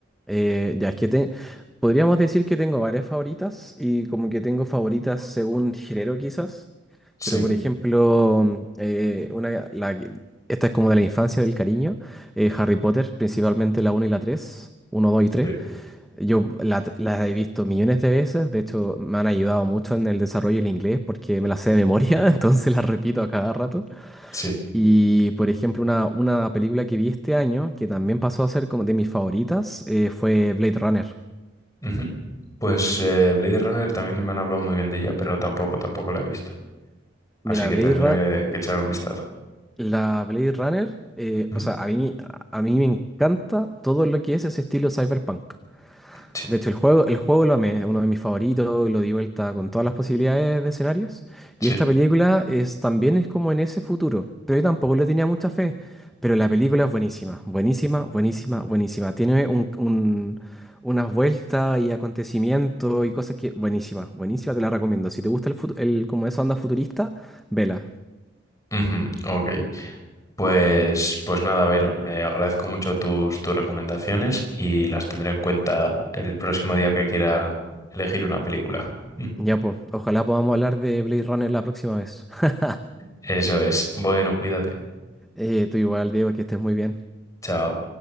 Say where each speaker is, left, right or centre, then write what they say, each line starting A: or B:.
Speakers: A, in the centre; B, on the left (about 15°).
A: Eh, ya, es que te, podríamos decir que tengo varias favoritas y como que tengo favoritas según género quizás.
B: Sí,
A: Pero, por ejemplo, eh, una, la, que- esta es como de la infancia del cariño. eh, Harry Potter, principalmente la uno y la tres uno dos y tres
B: sí,
A: Yo la- las he visto millones de veces. De hecho, me han ayudado mucho en el desarrollo del inglés porque me las sé de memoria, <laughs> entonces las repito a cada rato.
B: sí.
A: Y por ejemplo, una, una película que vi este año, que también pasó a ser como de mis favoritas, eh, fue Blade Runner.
B: Ujú. Pues eh, Blade Runner también me han hablado muy bien de ella, pero tampoco, tampoco la he visto. Así
A: Mira,
B: que
A: Blade
B: tendré
A: Run-
B: que echar un vistazo.
A: la Blade Runner, eh,
B: Ujú.
A: o sea, a mí, a mí me encanta todo lo que es ese estilo cyberpunk.
B: Sí,
A: De hecho, el juego, el juego lo amé, es uno de mis favoritos, lo di vuelta con todas las posibilidades de escenarios.
B: sí.
A: Y esta película es, también es como en ese futuro, pero yo tampoco le tenía mucha fe. Pero la película es buenísima, buenísima, buenísima, buenísima. Tiene un, un- unas vueltas y acontecimientos y cosas que... Buenísima, buenísima, te la recomiendo. Si te gusta el, fut- el como esa onda futurista, vela.
B: Ujú, Ok. Pues, pues nada, Byron, eh, agradezco mucho tus, tus recomendaciones y las tendré en cuenta el próximo día que quiera elegir una película. <laughs>
A: Ya pues, ojalá podamos hablar de Blade Runner la próxima vez. <laughs>
B: Eso es. Bueno, cuídate.
A: Eh, tú igual, Diego, que estés muy bien.
B: Chao.